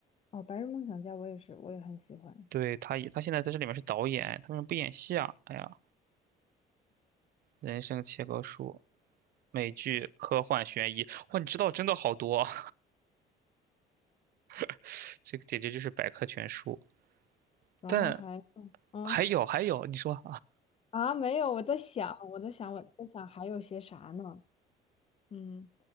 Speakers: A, on the left (about 35°); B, on the right (about 65°).
A: 哦，《白日梦想家》我也是，我也很喜欢。
B: 对，他也，他现在在这里面是导演，他为什么不演戏啊？哎呀，人生切割术，美剧、科幻、悬疑，哇，你知道真的好多啊，<laughs> 这个简直就是百科全书。
A: 然后还，
B: 但
A: 嗯
B: 还有还有，你说。
A: 啊，没有，我在想，我在想，我在想还有些啥呢？嗯，